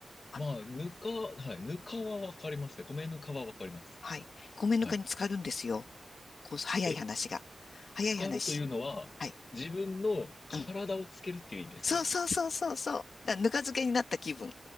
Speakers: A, on the left; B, on the left.
A: あの、
B: まあ、ぬか、はい、ぬかはわかりますね。米ぬかはわかります。
A: はい。米ぬかに浸かるんですよ。
B: はい。
A: 酵素、早い話が。
B: え、
A: 早い話。
B: 浸かるというのは、
A: はい。
B: 自分の体をつけるっていう意味ですか
A: うん。そうそうそうそうそう。だからぬか漬けになった気分。